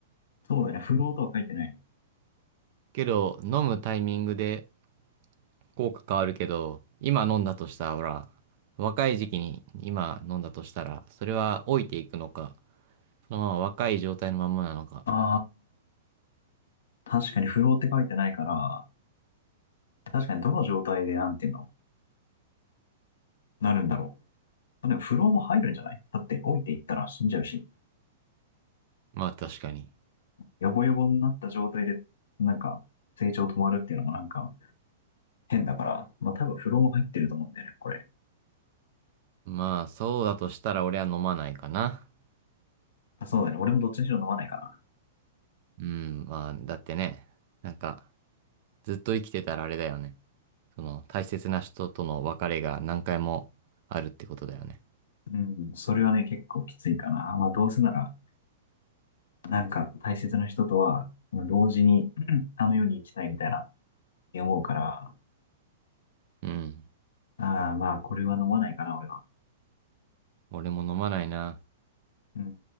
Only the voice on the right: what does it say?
けど、飲むタイミングで効果変わるけど、今飲んだとしたら、ほら、若い時期に今飲んだとしたら、それは老いていくのか、そのまま若い状態のままなのか。
まあ確かに。
まあそうだとしたら俺は飲まないかな。
うん、まあだってね、なんかずっと生きてたらあれだよね。その大切な人との別れが何回もあるってことだよね。
うん。
俺も飲まないな。